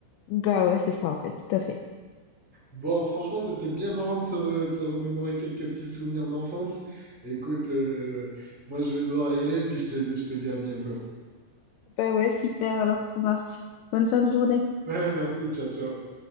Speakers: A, on the left; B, in the centre.
A: bah ouais, c'est ça en fait, tout à fait.
B: Bon, franchement, c'était bien marrant de se, re- de se remémorer quelques petits souvenirs d'enfance. Écoute, euh, moi, je vais devoir y aller, puis je te, je te dis à bientôt.
A: Bah ouais, super, alors ça marche. Bonne fin de journée.
B: Ouais, merci, ciao, ciao.